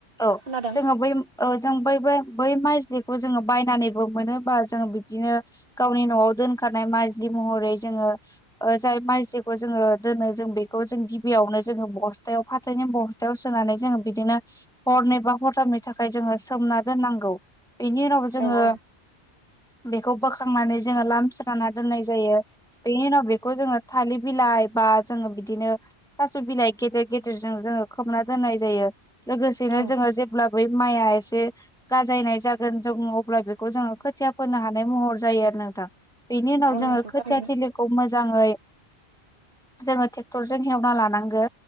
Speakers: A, in the centre; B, on the right.
A: औ
B: खोनादों
A: जोङो बै जों बै बै माइलिखौ जोङो बायनानैबो मोनोबा जों बिदिनो गावनि न'आव दोनखनाय माइज्लि महरै जोङो जाय माइज्लिखौ जोङो दोनो जों बेखौ जों गिबियावनो जोङो बस्थायाव फाथथायनि बस्थायाव सोनानै जोङो बिदिनो हरनि बा हरथामनि थाखाय जोङो सोमना दोनांगौ बिनि उनाव जोङो
B: औ औ
A: बेखौ बोखांनानै जोङो लाम स्रोना दोननाय जायो बेनि उनाव बेखौ जोङो थालिर बिलाइ बा जोङो बिदिनो थास' बिलाइ गेदेर गेदेरजों जों ओ खोबना दोननाय जायो लोगोसेनो
B: औ
A: जोङो जेब्ला ब माइआ एसे गाजायनाय जोन जों अब्ला बेखौ जोङो खोथिया फोनो हानाय महर जायो आरो नों थां बेनि उनाव
B: औ
A: जोङो
B: नंगौ
A: खोथियाथिलिखौ
B: थारैनो
A: मोजाङै जोङो ट्रेक्टर जों हेवना लानांगो